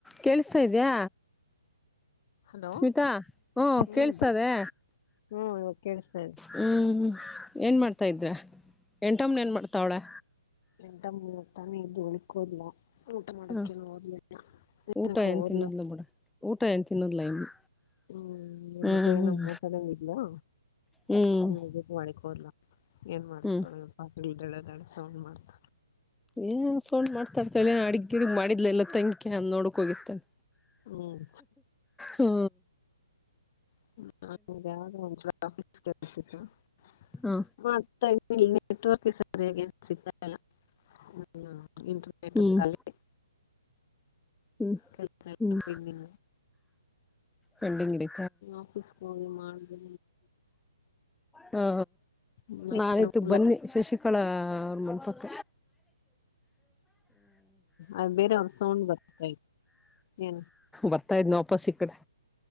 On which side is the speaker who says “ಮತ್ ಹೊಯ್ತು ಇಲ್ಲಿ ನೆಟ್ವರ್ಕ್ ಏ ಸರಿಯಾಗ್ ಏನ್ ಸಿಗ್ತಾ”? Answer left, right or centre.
Left